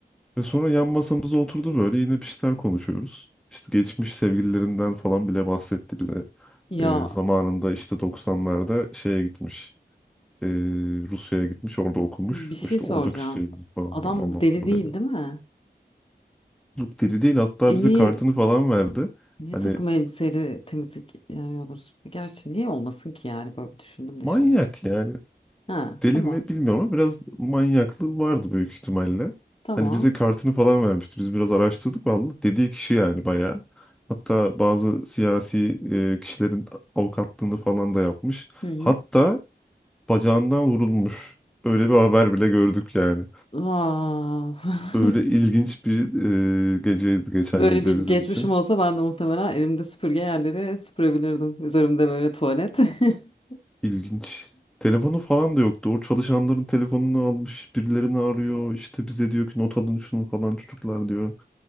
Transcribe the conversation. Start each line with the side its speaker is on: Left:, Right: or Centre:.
Centre: Ve sonra yan masamıza oturdu böyle yine bir şeyler konuşuyoruz. İşte geçmiş sevgililerinden falan bile bahsetti bize.
Left: Ya
Centre: Ee, zamanında işte 90'larda şeye gitmiş. ee, Rusya'ya gitmiş orada okumuş.
Left: bir şey
Centre: İşte
Left: soracağım.
Centre: oradaki sevgili falan
Left: Adam
Centre: anlattı
Left: deli değil
Centre: böyle.
Left: değil mi?
Centre: Yok deli değil hatta
Left: E niye,
Centre: bize kartını falan verdi.
Left: niye
Centre: Hani
Left: takım elbiseyle temizlik yani olur? Gerçi niye olmasın ki yani böyle düşündüm de
Centre: manyak
Left: şimdi.
Centre: yani.
Left: Ha
Centre: Deli
Left: tamam.
Centre: mi bilmiyorum ama biraz manyaklığı vardı büyük ihtimalle.
Left: Tamam.
Centre: Hani bize kartını falan vermişti. Biz biraz araştırdık vallahi dediği kişi yani bayağı. Hatta bazı siyasi e, kişilerin avukatlığını falan da yapmış.
Left: Hı hı.
Centre: Hatta bacağından vurulmuş. Öyle bir haber bile gördük yani.
Left: Aa. <laughs>
Centre: Öyle ilginç bir e, geceydi geçen
Left: Böyle
Centre: gece
Left: bir
Centre: bizim
Left: geçmişim
Centre: için.
Left: olsa ben de muhtemelen elimde süpürge yerleri süpürebilirdim. Üzerimde böyle tuvalet. <laughs>
Centre: İlginç. Telefonu falan da yoktu. O çalışanların telefonunu almış, birilerini arıyor. İşte bize diyor ki not alın şunu falan çocuklar diyor.